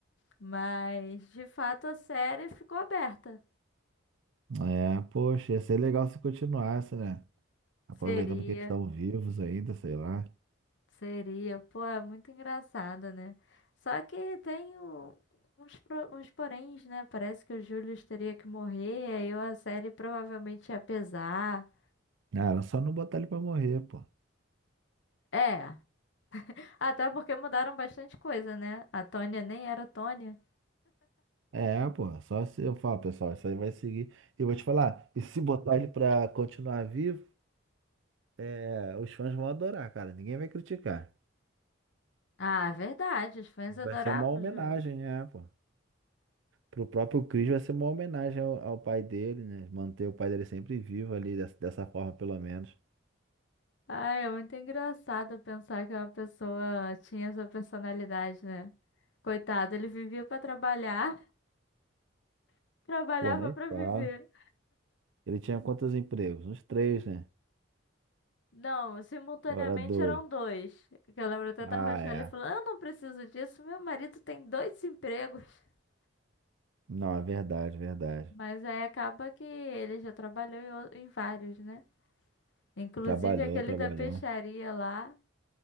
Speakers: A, on the left (about 65°); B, on the right (about 70°).
A: Mas, de fato, a série ficou aberta.
B: É, poxa, ia ser legal se continuasse, né? Aproveitando
A: Seria,
B: que eles estão vivos ainda, sei lá.
A: seria. Pô, é muito engraçado, né? Só que tem o- uns, pro- uns poréns, né? Parece que o Julius teria que morrer, aí a série provavelmente ia pesar.
B: Cara, só não botar ele pra morrer, pô.
A: É, até porque mudaram bastante coisa, né? A Tônia nem era Tônia.
B: É, pô, só se eu falar, pessoal, isso aí vai seguir. E vou te falar, e se botar ele pra continuar vivo, é, os fãs vão adorar, cara. Ninguém vai criticar.
A: Ah, verdade, os fãs
B: Vai
A: adoravam
B: ser uma homenagem,
A: o Julius.
B: é, pô. Pro próprio Chris vai ser uma homenagem ao, ao pai dele, né? Manter o pai dele sempre vivo ali, dessa, dessa forma, pelo menos.
A: Ai, é muito engraçado pensar que uma pessoa tinha essa personalidade, né? Coitado, ele vivia pra trabalhar, <laughs> trabalhava
B: Pô, nem
A: pra viver.
B: fala. Ele tinha quantos empregos? Uns três, né?
A: Não, simultaneamente
B: Agora dois.
A: eram dois. Que Eu lembro até
B: Ah,
A: da Rochelle
B: é.
A: falando: Eu não preciso disso, meu marido tem dois empregos. <laughs>
B: Não, é verdade, verdade.
A: Mas aí acaba que ele já trabalhou em o- em vários, né? Inclusive
B: Trabalhou,
A: aquele
B: trabalhou.
A: da peixaria lá.